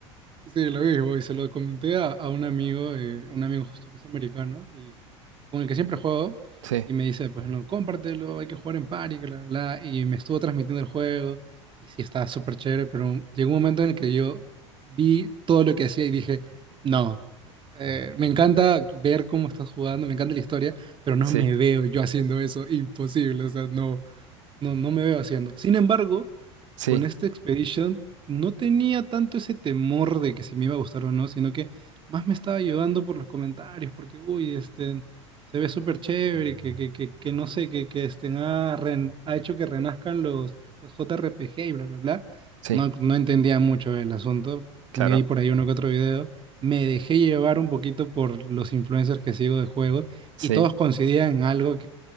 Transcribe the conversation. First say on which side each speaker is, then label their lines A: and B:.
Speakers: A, on the right; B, on the right.
A: Sí, lo mismo, y se lo comenté a, a un amigo, eh, un amigo justo que es americano, y con el que siempre juego,
B: Sí,
A: y me dice, pues no, cómpratelo, hay que jugar en party, que bla, bla, bla, y me estuvo transmitiendo el juego, y sí, estaba súper chévere, pero llegó un momento en el que yo vi todo lo que hacía y dije, no, eh, me encanta ver cómo estás jugando, me encanta la historia, pero no
B: sí,
A: me veo yo haciendo eso, imposible, o sea, no. No, no me veo haciendo. Sin embargo,
B: sí,
A: con este Expedition no tenía tanto ese temor de que si me iba a gustar o no, sino que más me estaba llevando por los comentarios, porque, uy, este, se ve súper chévere, que, que, que, que no sé, que, que este, ha, ren- ha hecho que renazcan los, los JRPG y bla, bla, bla.
B: sí,
A: No, no entendía mucho el asunto.
B: claro,
A: Me di por ahí uno que otro video. Me dejé llevar un poquito por los influencers que sigo de juegos
B: sí.
A: y todos coincidían en algo